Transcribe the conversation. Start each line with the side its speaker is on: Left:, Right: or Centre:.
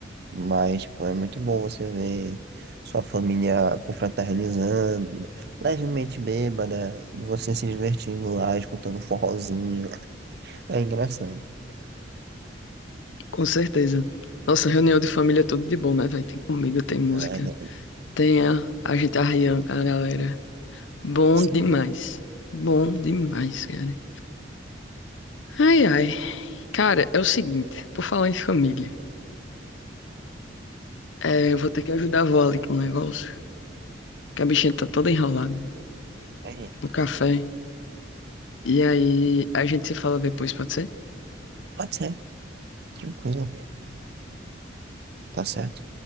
Right: Mas, tipo, é muito bom você ver sua família confraternizando, levemente bêbada, e você se divertindo lá, escutando um forrozinho. É engraçado,
Left: Com certeza. Nossa, reunião de família é tudo de bom, né, velho? Tem comida, tem música,
Right: é verdade.
Left: tem a, a gente arriando com a galera. Bom
Right: Sim.
Left: demais. Bom demais, cara. Ai, ai. Cara, é o seguinte, por falar em família, é, eu vou ter que ajudar a vó ali com o negócio. que a bichinha tá toda enrolada
Right: É,
Left: no café. E aí a gente se fala depois, pode ser?
Right: pode ser, tranquilo, tá certo.